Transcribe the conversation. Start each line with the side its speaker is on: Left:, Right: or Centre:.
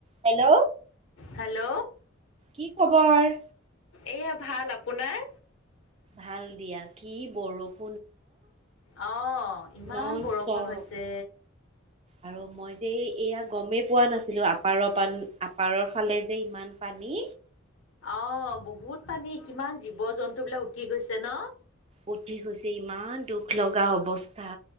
Right: হেল্ল'।
Left: হেল্ল'।
Right: কি খবৰ?
Left: এইয়া ভাল, আপোনাৰ?
Right: ভাল দিয়া, কি বৰষু
Left: অ', ইমান
Right: নন
Left: বৰষুণ
Right: ষ্টপ
Left: হৈছে।
Right: আৰু মই যে এয়া গমেই পোৱা নাছিলোঁ, আপাৰৰ পান, আপাৰৰ ফালে যে ইমান পানী।
Left: অ', বহুত পানী, কিমান জীৱ জন্তুবিলাক উটি গৈছে ন।
Right: উঠি গৈছে, ইমান দুখ লগা অৱস্থা।